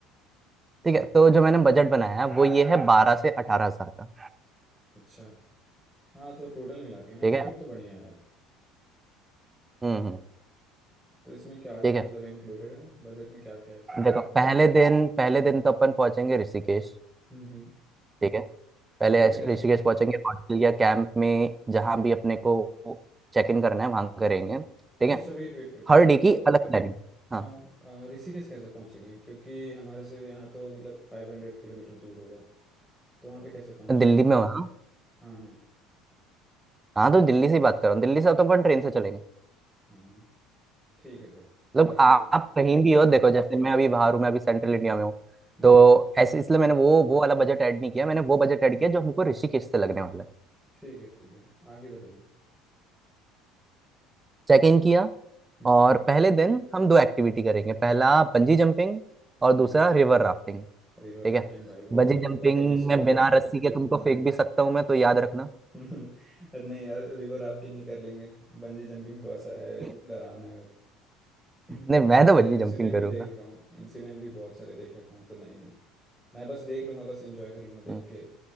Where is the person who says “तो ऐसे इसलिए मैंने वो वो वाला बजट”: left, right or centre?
Right